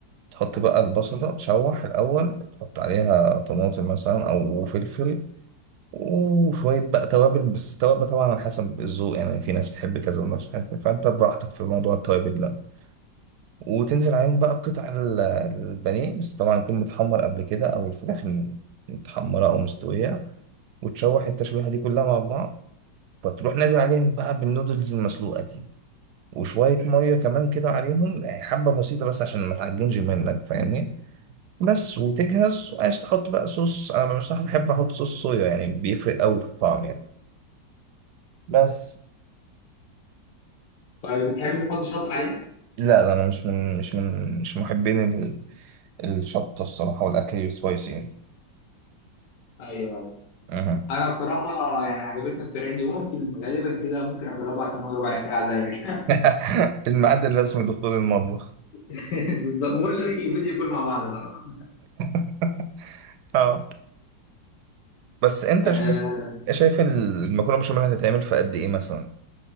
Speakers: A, on the right; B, on the left.
A: تحط بقى البصل ده تشوح الأول تحط عليها طماطم مثلا أو فلفل وشوية بقى توابل بس توابل طبعا على حسب الذوق يعني في ناس بتحب كذا وناس بتحب فأنت براحتك في موضوع التوابل ده وتنزل عليهم بقى بقطع ال- البانيه بس طبعا يكون متحمر قبل كده أو الفراخ متحمرة أو مستوية وتشوح التشويحة دي كلها مع بعض فتروح نازل عليهم بقى بالنودلز المسلوقة دي وشوية مية كمان كده عليهم يعني حبة بسيطة بس عشان ما تعجنش منك فاهمني بس وتجهز عايز تحط بقى صوص أنا بصراحة بحب أحط صوص صويا يعني بيفرق أوي في الطعم يعني بس
B: طيب بتحب تحط شط عليها؟
A: لا لا أنا مش من مش من مش محبين ال- الشطة الصراحة والأكل السبايسي يعني
B: ايوه ايوه
A: أها.
B: انا بصراحه يعني عجبتني الطريقه دي وممكن غالبا كده ممكن اجربها كمان ربع ساعه زيك
A: <laughs> الميعاد الرسمي دخول المطبخ
B: <laughs> بالظبط بقول لك ايه فيديو كول مع بعض بقى
A: <laughs> اه بس انت
B: آه،
A: شايف شايف المكرونه بشاميل هتتعمل في قد ايه مثلا